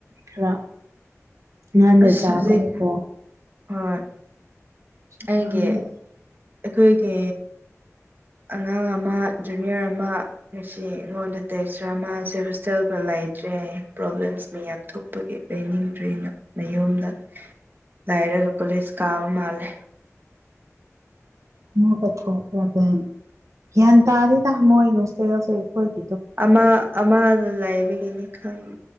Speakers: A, on the right (about 70°); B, on the right (about 40°).
A: ꯈꯔ ꯉꯥꯟꯅ
B: ꯑꯁ
A: ꯆꯥꯕꯒꯤꯀꯣ
B: ꯍꯧꯖꯤꯛ ꯍꯣꯏ
A: <unintelligible>
B: ꯑꯩꯒꯤ ꯑꯩꯈꯣꯏꯒꯤ ꯑꯉꯥꯡ ꯑꯃ ꯖꯨꯅꯤꯌꯔ ꯑꯃ ꯉꯁꯤ ꯑꯩꯉꯣꯟꯗ ꯇꯦꯛꯆꯔ ꯑꯃ ꯃꯁꯤ ꯍꯣꯁꯇꯦꯜꯗ ꯂꯩ ꯂꯩꯇ꯭ꯔꯦ ꯄ꯭ꯔꯣꯕ꯭ꯂꯦꯝꯁ ꯃꯌꯥꯝ ꯊꯣꯛꯄꯒꯤ ꯂꯩꯅꯤꯡꯗ꯭ꯔꯦꯅ ꯃꯌꯨꯝꯗ ꯂꯩꯔꯒ ꯀꯣꯂꯦꯁ ꯀꯥꯕ ꯃꯥꯜꯂꯦ
A: <unintelligible>
B: ꯑꯃ ꯑꯃꯗ ꯂꯩꯕꯒꯤꯅꯤ ꯈꯪꯉꯦ